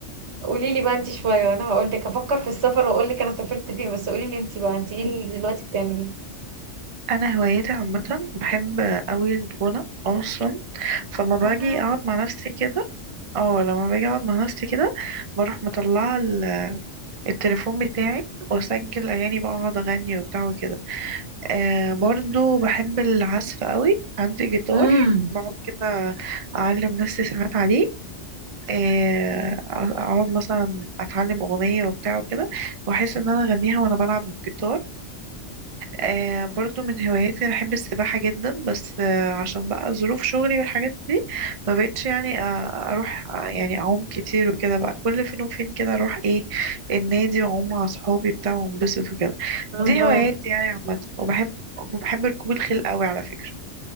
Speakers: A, on the right; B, on the right.
A: قولي لي بقى انت شويه وانا هقول لك افكر في السفر واقول لك انا سافرت فين بس قولي لي انت بقى انت ايه اللي دلوقتي بتعمليه
B: انا هواياتي عامه بحب قوي الغنى اصلا فلما باجي
A: آه.
B: اقعد مع نفسي كده اه لما باجي اقعد مع نفسي كده بروح مطلعه ال- التليفون بتاعي واسجل اغاني بقى اقعد اغني وبتاع وكده آه برضو بحب العزف قوي عندي جيتار
A: امم
B: بقعد كده اعلم نفسي ساعات عليه آه اقعد مثلا اتعلم اغنيه وبتاع وكده واحس ان انا اغنيها وانا بلعب بالجيتار آه برضو من هواياتي أنا بحب السباحة جدا بس آه عشان بقى ظروف شغلي والحاجات دي ما بقتش يعني آه أروح آه يعني أعوم كتير وكده بقى كل فين وفين كده أروح إيه النادي وأعوم مع صحابي بتاع وأنبسط وكده
A: الله
B: دي هواياتي يعني عامة وبحب وبحب ركوب الخيل قوي على فكرة